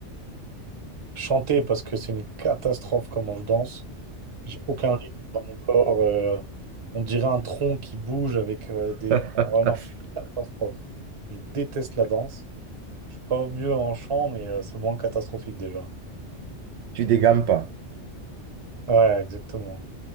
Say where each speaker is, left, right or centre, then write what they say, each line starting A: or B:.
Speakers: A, on the right; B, on the right.
A: Chanter parce que c'est une catastrophe comment je danse. J'ai aucun rythme dans mon corps. euh, on dirait un tronc qui bouge avec euh, des.
B: <laughs>
A: Oh non, c'est une catastrophe. Je déteste la danse. Je suis pas mieux en chant, mais euh, c'est moins catastrophique déjà.
B: Tu dégames pas.
A: Ouais, exactement.